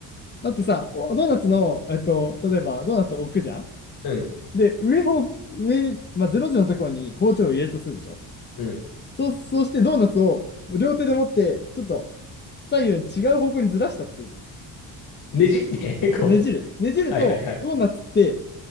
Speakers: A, on the left; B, on the left.
A: だってさ、おドーナツの、えっと、例えばドーナツを置くじゃん
B: うん、
A: で、上方、上、まあ、0時のところに包丁を入れるとするでしょ
B: うん。
A: そう、そうしてドーナツを両手で持って、ちょっと左右違う方向にずらしたとするじゃん。
B: ねじって、<laughs>
A: そう、
B: こ
A: ねじる。ねじると、
B: う。はいはいはい。
A: ドーナツって、